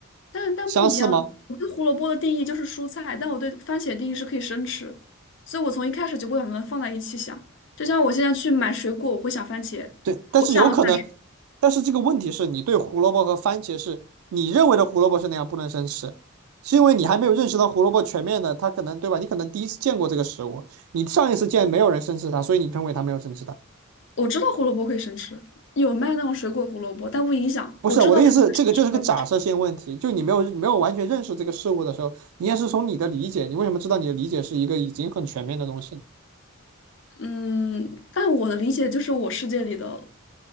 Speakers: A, on the left; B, on the right.
A: 但但不一样。
B: 相似吗？
A: 我对胡萝卜的定义就是蔬菜，但我对番茄的定义是可以生吃，所以我从一开始就不会把它们放在一起想。就像我现在去买水果，我会想番茄；
B: 对，但是有可能，
A: 我想买
B: 但是这个问题是你对胡萝卜和番茄是你认为的胡萝卜是那样不能生吃，是因为你还没有认识到胡萝卜全面的，它可能对吧？你可能第一次见过这个食物，你上一次见没有人生吃它，所以你认为它没有生吃它。
A: 我知道胡萝卜可以生吃，有卖那种水果胡萝卜，但不影响。
B: 不是我的意思，
A: 我知道它有可以生吃，
B: 这个就是个假设性问题，
A: 我也不吃
B: 就你没有没有完全认识这个事物的时候，你也是从你的理解，你为什么知道你的理解是一个已经很全面的东西呢
A: 嗯，但我的理解就是我世界里的